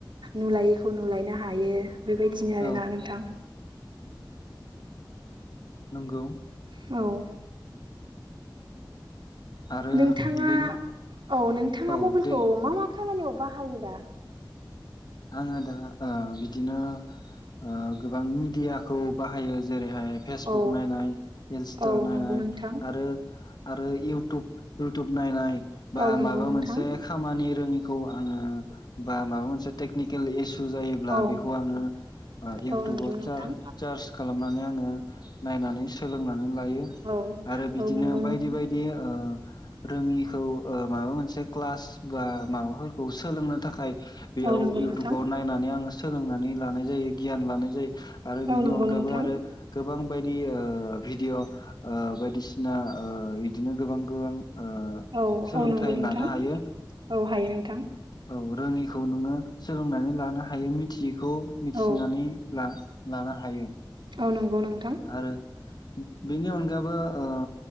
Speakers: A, on the right; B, on the left.
A: नुलायैखौ नुलायनो हायो। बेबायदिनो आरोना
B: औ
A: नोंथां
B: नोंगौ।
A: औ
B: आरो
A: नोंथाङा
B: बेनि
A: औ नोंथाङा
B: औ
A: मबाइलखौ
B: दे
A: मा मा खामानियाव बाहायो दा
B: आङो दा ओ बिदिनो। ओ गोबां मिडियाखौ बाहायो जेरै ओमफ्राय फेसबुक
A: औ
B: नायनाय इन्स्टा
A: औ
B: नायनाय
A: नंगौ नोंथां
B: आरो आरो इउटुब इउटुब नायनाय बा
A: औ नंगौ
B: माबा
A: नोंथां
B: मोनसे खामानि रोङि खौ आङो बा माबा मोनसे टेकनिकेल इसु जायोब्ला
A: औ
B: बेखौ आङो
A: औ
B: इउटुबाव
A: नंगौ नोंथां
B: सार्च चार्स खालामनानै आङो नायनानै सोलोंनानै लायो
A: औ
B: आरो बिदिनो
A: औ नंगौ नोंथां
B: बायदि बायदि ओ रोङिखौ ओ माबा मोनसे क्लास बा माबाफोरखौ सोलोंनो बेयाव
A: औ नंगौ
B: इउटुबाव
A: नोंथां
B: नायनानै आङो सोलोंनानै लानाय जायो गियान लानाय जायो आरो बिनि
A: औ नंगौ
B: अनगाबो
A: नोंथां
B: आरो गोबां। गोबां बायदि ओ भिडिअ' ओ बायदिसिना बिदिनो गोबां गोबां ओ
A: औ
B: सोलोंथाइ
A: औ नंगौ नोंथां
B: लानो हायो
A: औ हायो नोंथां
B: औ रोङिखौ नोङो सोलोंनानै लानो हायो मिथियैखौ मिथिनानै
A: औ
B: ला लानो हायो
A: औ नंगौ नोंथां।
B: आरो बेनि अनगाबो ओ